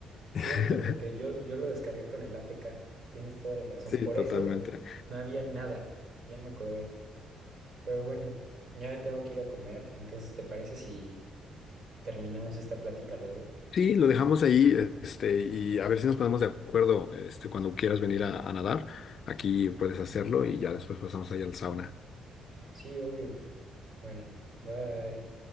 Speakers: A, on the right; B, on the left.
A: Cierto,
B: <laughs>
A: porque yo, yo lo descargué con el APK, tienes toda la razón,
B: Sí,
A: por
B: totalmente.
A: eso no había nada, ya me acordé. Pero bueno, ya me tengo que ir a comer, entonces ¿te parece si terminamos esta plática luego?
B: Sí, lo dejamos ahí, este, y a ver si nos ponemos de acuerdo, este, cuando quieras venir a, a nadar, aquí puedes hacerlo y ya después pasamos ahí al sauna.
A: Sí, obvio. Bueno, bye.